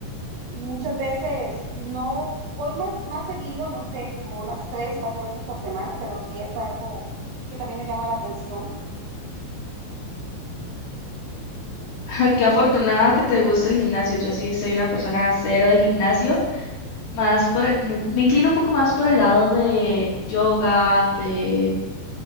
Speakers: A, on the right (about 75°); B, on the left (about 55°).
A: Muchas veces no voy más, más seguido, no sé, como unas tres, cuatro veces por semana, pero sí es algo que también me llama la atención.
B: <laughs> Ay, Qué afortunada que te guste el gimnasio. Yo sí soy una persona cero de gimnasio, más por, el- me, me inclino un poco más por el lado de yoga, de